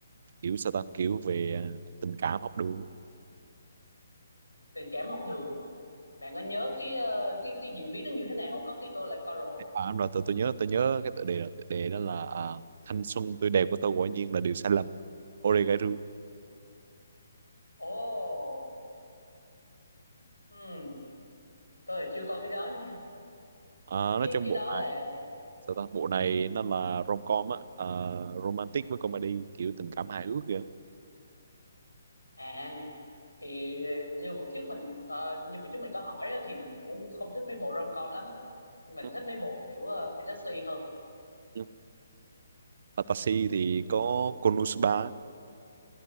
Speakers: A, on the right; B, on the left.
A: kiểu sao ta kiểu về à, tình cảm học đường á.
B: Tình cảm học đường hả? Bạn có nhớ cái ờ, cái cái diễn biến nó như thế nào không? Có khi tôi lại coi rồi.
A: à, đúng rồi tôi tôi nhớ tôi nhớ cái tựa đề là tựa đề đó là à, thanh xuân tươi đẹp của tôi quả nhiên là điều sai lầm Oregairu
B: Ồ, hmm, tôi là chưa coi cái đó nha.
A: à,
B: Cái
A: nói trong
B: cái
A: bộ
B: đó
A: này
B: là
A: sao ta bộ này nó là rom-com á à, romantic với comedy kiểu tình cảm hài hước kìa
B: À thì như buổi trước mình ờ, như buổi trước mình có hỏi á, thì mình cũng không thích mấy bộ rom-com lắm. Mình
A: Ừ,
B: thích mấy bộ kiểu ờ, fantasy hơn.
A: ừ. Fantasy thì có Konosuba